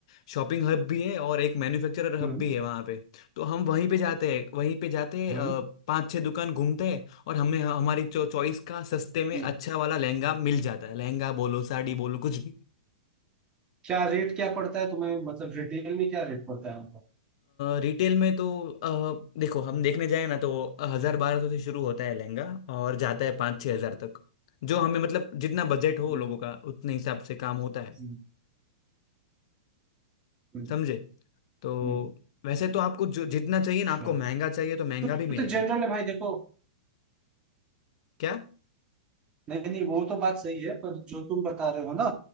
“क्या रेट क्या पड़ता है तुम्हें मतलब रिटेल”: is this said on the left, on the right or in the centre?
Right